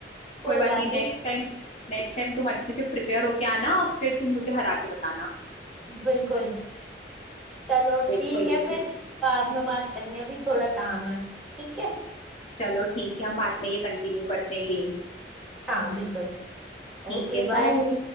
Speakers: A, in the centre; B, on the left.
A: कोई
B: कोई बात
A: बात
B: नहीं
A: नहीं
B: नेक्स्ट टाइम नेक्स्ट टाइम तुम अच्छे से प्रिपेयर होके आना और फिर तुम मुझे हरा के बताना
A: बिल्कुल चलो
B: बिल्कुल
A: ठीक है
B: बिल्कुल
A: फिर बाद में बात करेंगे अभी थोड़ा काम है ठीक है
B: चलो ठीक है हम बाद में ये कंटिन्यू करते हैं गेम
A: हाँ बिल्कुल
B: ठीक
A: Okay
B: है
A: bye
B: बाय